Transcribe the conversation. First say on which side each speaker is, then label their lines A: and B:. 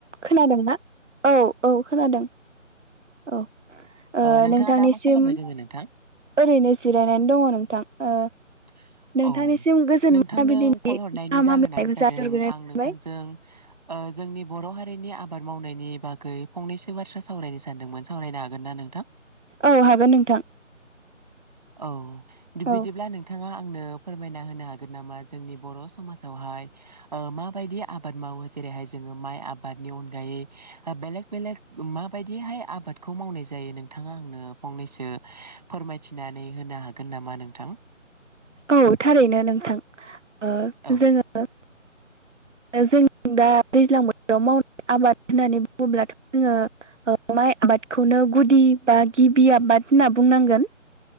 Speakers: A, on the right; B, on the right.
A: खोनादोंना औ- औ खोनादों औ ओ
B: नोंथाङा
A: नोंथांनिसिम
B: दा मा खालामबाय दोङो नोंथां?
A: ओरैनो जिरायनानै दङ नोंथां ओ
B: <inaudible>
A: नोंथांनिसिम
B: औ
A: गोजोन
B: नोंथां
A: मोनाबिलिनि
B: नों कल हरनायनि
A: गाहाम
B: जाहोनानो
A: हामलायनायखौ
B: जादों
A: जासिहरग्रोनाय
B: आं
A: थाबाय
B: नोंथांजों जोंनि बर' हारिनि आबाद मावनायनि बागै फंनैसो बाथ्रा सावरायनो सानदोंमोन सावरायनो हागोन ना नोंथां?
A: औ हागोन नोंथां
B: औ
A: औ
B: बिदिब्ला नोंथाङा आनो फोरमायना होनो हागोन नामा जोंनि बर' समाजावहाय माबायदि आबाद मावो जेर जेरैहाय जोङो माइ आबादनि अनगायै बेलेग बेलेग माबायदिहाय आबादखौ मावनाय जायो नोंथाङा आंनो फंनैसो फोरमायथिनानै होनो हागोन नामा नोंथां
A: औ थारैनो नोंथां ओ
B: औ
A: जोङो जों दा दैज्लां बोथोराव मावनाय आबाद होननानै बुङोब्लाथ' जोङो माइ आबादखौनो गुदि बा गिबि आबाद होनना बुंनांगोन